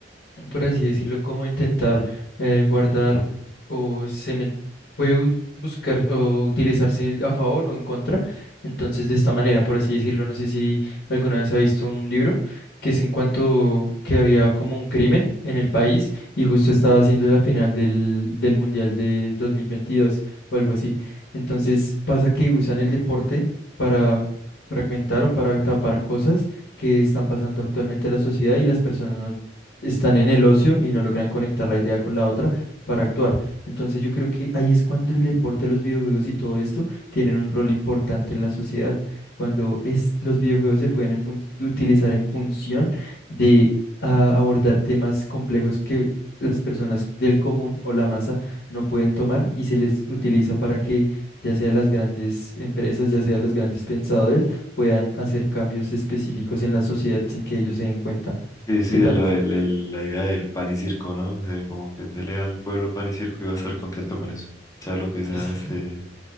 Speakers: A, on the left; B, on the left.
A: por así decirlo, como intentar eh, guardar o se me puede u- buscar o utilizarse a favor o en contra. Entonces, de esta manera, por así decirlo, no sé si alguna vez ha visto un libro que es en cuanto que había como un crimen en el país y justo estaba haciendo la final del, del Mundial de 2022 o algo así. Entonces, pasa que usan el deporte para fragmentar o para tapar cosas que están pasando actualmente en la sociedad y las personas no están en el ocio y no logran conectar la idea con la otra para actuar. Entonces yo creo que ahí es cuando el deporte, los videojuegos y todo esto tienen un rol importante en la sociedad, cuando es, los videojuegos se pueden en fun- utilizar en función de ah, abordar temas complejos que las personas del común o la masa no pueden tomar y se les utiliza para que ya sea las grandes empresas, ya sea los grandes pensadores, puedan hacer cambios específicos en la sociedad sin que ellos se den cuenta.
B: Sí, sí,
A: ¿Qué
B: de
A: tal?
B: la, del- el- la idea del pan y circo, ¿no? O sea, como que dele al pueblo pan y circo y va a estar contento con eso. Sea lo que sea,
A: Es,
B: este,